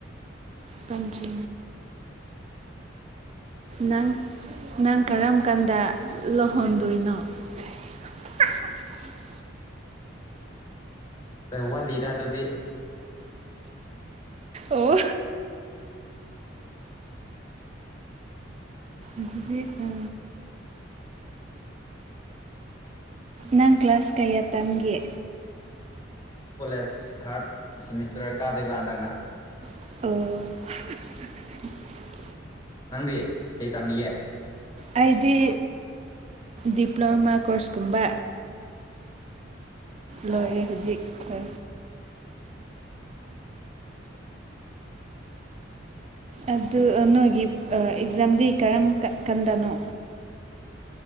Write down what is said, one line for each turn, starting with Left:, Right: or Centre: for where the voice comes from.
Right: ꯄꯟꯖ ꯅꯪ ꯅꯪ ꯀꯔꯝ ꯀꯥꯟꯗ ꯂꯨꯍꯣꯡꯗꯣꯏꯅꯣ <unintelligible>
Left: ꯋꯥꯠꯂꯤꯗ ꯑꯗꯨꯗꯤ
Right: ꯑꯣ ꯑꯗꯨꯗꯤ ꯑ ꯅꯪ ꯀ꯭ꯂꯥꯁ ꯀꯌꯥ ꯇꯝꯒꯦ
Left: ꯀꯣꯂꯦꯖ ꯊꯥꯔꯠ ꯁꯦꯃꯤꯁꯇꯔ ꯀꯥꯗꯣꯏꯕ ꯍꯟꯗꯛꯅ
Right: ꯑꯣ
Left: ꯅꯪꯗꯤ ꯀꯩ ꯇꯝꯃꯤꯌꯦ
Right: ꯍꯥꯏꯗꯤ ꯗꯤꯄ꯭ꯂꯣꯃꯥ ꯀꯣꯔꯁꯀꯨꯝꯕ ꯂꯣꯏꯦ
Left: ꯑꯣ
Right: ꯍꯧꯖꯤꯛ ꯈ ꯑꯗꯨ ꯅꯣꯏꯒꯤ ꯑꯦꯛꯖꯥꯝꯗꯤ ꯀꯔꯝ ꯀꯟꯗꯅꯣ